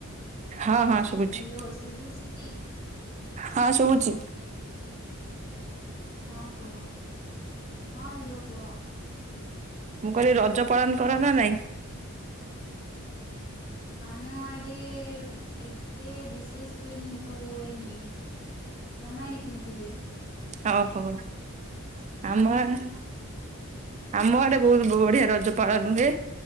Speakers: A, on the right (about 35°); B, on the left (about 50°).
A: ହଁ ହଁ ଶୁଭୁଛି
B: ହାଲୋ ଶୁଭୁଚି କି?
A: ହଁ ଶୁବୁଚି।
B: ହଁ କୁହ ହଁ ଲୋ କୁହ।
A: ମୁଁ କହିଲି ରଜ ପାଳନ କର ନା ନାଇଁ?
B: ଆମ ଆଡେ ଏତେ ବିଶେଷ <unintelligible> ତ ହୁଏ ନି ତମ ଆଡେ କେମିତି ହୁଏ?
A: ଓହୋ ଆମ ଆଡେ ଆମ ଆଡେ ବୋହୁତ ବଢିଆ ରଜ ପାଳନ ହୁଏ।